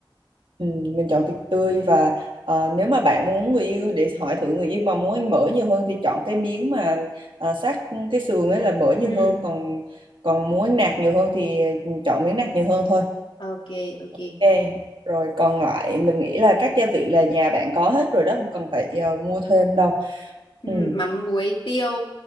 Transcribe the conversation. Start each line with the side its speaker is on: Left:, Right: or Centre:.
Right: Ừ, mình chọn thịt tươi và ờ, nếu mà bạn muốn người yêu để hỏi thử người yêu mà muốn ăn mỡ nhiều hơn thì chọn cái miếng mà à, sát cái sườn ấy là mỡ
Left: Ừ,
Right: nhiều hơn còn còn muốn ăn nạc nhiều hơn thì ừ, chọn miếng nạc nhiều hơn thôi.
Left: ok, ok.
Right: Ok, rồi còn lại mình nghĩ là các gia vị là nhà bạn có hết rồi đó không cần phải ờ, mua thêm đâu.
Left: Ừ,
Right: Ừ,
Left: mắm muối tiêu